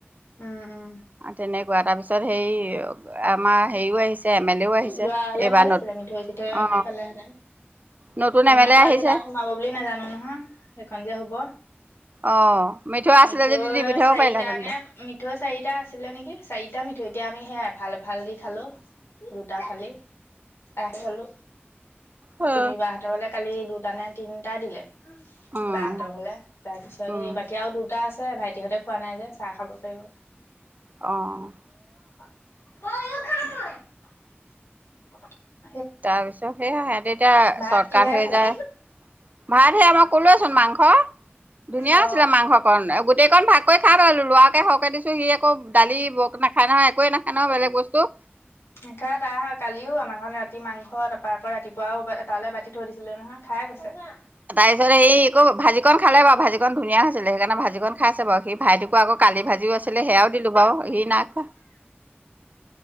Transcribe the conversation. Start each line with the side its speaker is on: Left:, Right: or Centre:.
Left: উম, উম।
Right: তেনেকুৱা তাৰপিছত তাৰপিছত হেৰি আমাৰ হেৰিও আহিছে এম এল এও আহিছে
Left: যোৱা হলে
Right: এইবাৰ
Left: ভাল আছিলে
Right: নত
Left: মিঠৈ চিঠৈ
Right: অ
Left: পালে হেনে।
Right: নতুন
Left: আমি
Right: এম এল
Left: আকৌ
Right: এ আহিছে
Left: আজি তাত সোমাব বুলি নাজানো নহয় সেইখন যে হব।
Right: অ মিঠু আছিলে
Left: মিঠৈ
Right: যদি দি পঠিয়াব
Left: চাৰিটা
Right: পাৰিলাহেঁতেন
Left: নে
Right: তই
Left: মিঠৈ চাৰিটা আছিলে নেকি চাৰিটা মিঠ এতিয়া আমি সেইা এফাল এফাল দি খালো দুটা ফালি। চাহ খালো
Right: অ
Left: চুমি
Right: অ
Left: বা হতে বোলে কালি দুটা নে তিনিটা দিলে।
Right: অ উম
Left: বাহতৰ হলে তাৰ পিছত
Right: উম
Left: সেই বাকী আৰু দুটা আছে। আছে, ভাইটিহঁতে খোৱা নাই যে চাহ খাব পাৰিব।
Right: অ'।
Left: <unintelligible> <inaudible>
Right: তাৰ পিছত সেয়া সিহঁতে এতিয়া
Left: ভাত
Right: চৰ্টকাট
Left: কিহেৰে
Right: হৈ
Left: খালে
Right: যায়। ভাত হে মই কলোচোন মাংস ধুনীয়া
Left: অ
Right: আছিলে মাংসকণ গোটেই অকন ভাগ কৰি খাই পালো ল'ৰাকে সৰকে দিছো সি আকৌ দালি নাখায় নহয় একোৱে নাখায় নহয় বেলেগ
Left: অ
Right: বস্তু।
Left: <unintelligible> কালিও আমাৰ ঘৰত ৰাতি মাছ মাংস তাৰপা ৰাতিপুৱও তালৈ বাতি থৈ দিছিলে নহয় খাই গৈছে।
Right: তাৰপিছত সেই আকৌ ভাজিকন খালে বাৰু ভাজিকন ধুনীয়া হৈছিলে সেইকাৰণে ভাজিকখন খাইছে বাৰু সি ভাইটোক আকৌ কালি ভাজিও আছিলে সেয়াও দিলো বাৰু সি নাই খোৱা।